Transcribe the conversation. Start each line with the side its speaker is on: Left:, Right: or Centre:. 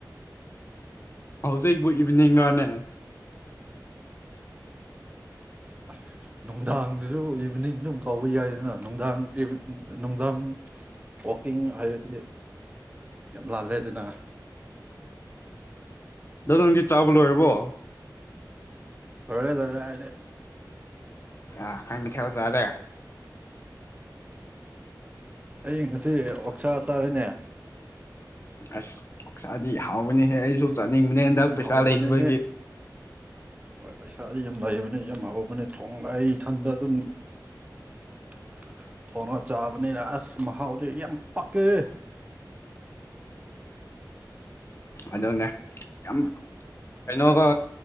Left: ꯍꯧꯖꯤꯛꯕꯨ ꯏꯚꯤꯅꯤꯡꯒꯅꯦ
Right: <unintelligible> ꯅꯨꯡꯗꯥꯡꯗꯨꯁꯨ ꯏꯚꯤꯅꯤꯡꯗ ꯑꯗꯨꯝ ꯀꯥꯎꯕ ꯌꯥꯏꯗꯅ ꯅꯨꯡꯗꯥꯡ ꯅꯨꯡꯗꯥꯡ ꯀꯤꯡ ꯍꯥꯏꯕꯗꯤ ꯌꯥꯝ ꯂꯥꯜꯂꯦꯗꯅ
Left: ꯑ ꯅꯪꯗꯤ ꯆꯥꯎꯥꯕ ꯂꯣꯏꯔꯕꯣ
Right: ꯍꯔꯦ ꯍꯔꯦ ꯍꯥꯏꯗ
Left: ꯑ ꯀꯅ ꯊ ꯆꯗ
Right: ꯑꯩ ꯉꯁꯤ ꯑꯣꯛꯁꯥ ꯇꯥꯔꯦꯅꯦ
Left: ꯑꯁ ꯄꯥꯛꯁꯥꯗꯤ ꯍꯥꯎꯕꯅꯤꯍꯦ ꯑꯩꯁꯨ ꯆꯥꯅꯤꯡꯕꯅꯦ ꯍꯟꯗꯛ
Right: ꯌꯥꯝ
Left: ꯄꯩꯁꯥ
Right: ꯍꯥꯎꯕꯅꯦꯍꯦ
Left: ꯂꯩꯕꯒꯤ
Right: ꯍꯣꯏ ꯄꯩꯁꯥꯗꯤ ꯌꯥꯝ ꯂꯩꯕꯅꯤ ꯌꯥꯝ ꯍꯍꯧꯕꯅꯤ ꯊꯣꯡ ꯂ ꯏꯊꯟꯗ ꯑꯗꯨꯝ <unintelligible> ꯊꯣꯡꯉꯒ ꯆꯥꯕꯅꯤꯅ ꯑꯁ ꯃꯍꯥꯎꯁꯦ ꯌꯥꯝ ꯄꯛꯀꯦ <inaudible>
Left: ꯑꯗꯨꯗꯅꯦꯦ ꯌꯥꯝ ꯀꯩꯅꯣꯒ